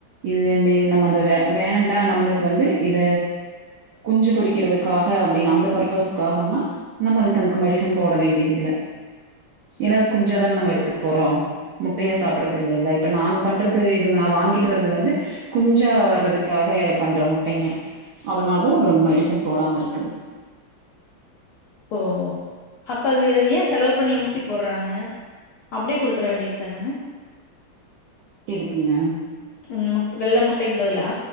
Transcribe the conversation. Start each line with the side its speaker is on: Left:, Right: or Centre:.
Right: இது நி நம்ம அந்த வே வேண்டா நம்மளுக்கு வந்து இத குஞ்சு பொரிக்கிறதுக்காக அப்டினு அந்த பர்பஸ்க்காகன்னா நம்ம அதுக்கு அதுக்கு மெடிசன் போட வேண்டியது இல்ல ஏனா அத குஞ்சா தான நம்ம எடுத்துக்க போறோ முட்டையே சாப்புடுறது இல்லேல இப்ப நாங்க பண்றது இவுங்க நா வாங்கிட்டு வர்றது வந்து குஞ்சா வர்றதுக்காக பண்ற முட்டைங்க அதுனாலதா ம மெடிசன் போடாம இருக்குது
Left: ஓ அப்ப அது ஏ செலவு பண்ணி ஊசி போட்றாங்க அப்டியே குடுத்துர வேண்டியத்தான
Right: எதுக்குங்க
Left: அ வெள்ள முட்டைக்கு பதிலா